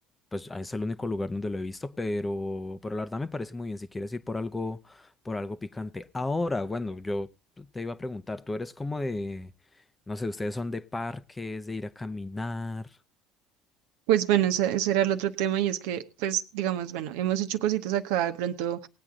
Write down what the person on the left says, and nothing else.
Pues es el único lugar donde lo he visto, pero, pero la verdad me parece muy bien si quieres ir por algo, por algo picante. Ahora, bueno, yo te iba a preguntar, tú eres como de, no sé, ustedes son de parques, de ir a caminar.